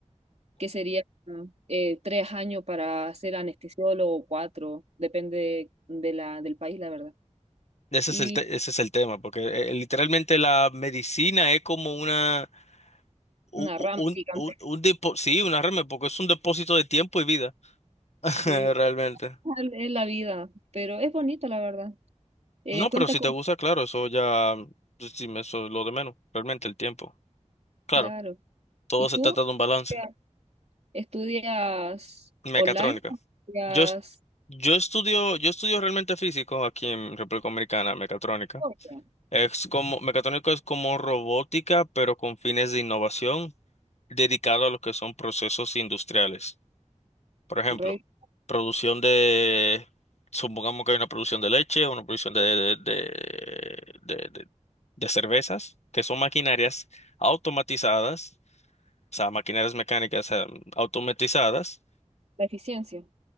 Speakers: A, on the right (about 60°); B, on the left (about 60°).
A: que sería eh, tres años para ser anestesiólogo o cuatro, depende de la, del país, la verdad.
B: Ese
A: Y
B: es el, te- ese es el tema, porque eh, literalmente la medicina es como una, u-
A: una
B: u-
A: rama
B: un,
A: gigante,
B: un, un, depo- sí, una remera, porque es un depósito de tiempo y vida,
A: <laughs>
B: <laughs>
A: sí,
B: realmente.
A: al- es la vida, pero es bonito, la verdad. Eh,
B: No,
A: cuenta
B: pero si
A: con,
B: te gusta, claro, eso ya, pues, sí, me- eso es lo de menos, realmente el tiempo. Claro,
A: claro.
B: todo
A: ¿Y tú?
B: se trata de un balance.
A: Ya. ¿Estudias
B: Mecatrónica.
A: online o estudias
B: Yo, es- yo estudio, yo estudio realmente físico aquí en República Dominicana, mecatrónica.
A: Oh, ya.
B: Es como, mecatrónica es como robótica, pero con fines de innovación. dedicado a lo que son procesos industriales. Por ejemplo,
A: Re-
B: producción de, supongamos que hay una producción de leche, una producción de, de, de, de- de- de cervezas, que son maquinarias automatizadas, o sea, maquinarias mecánicas, eh, automatizadas,
A: la eficiencia?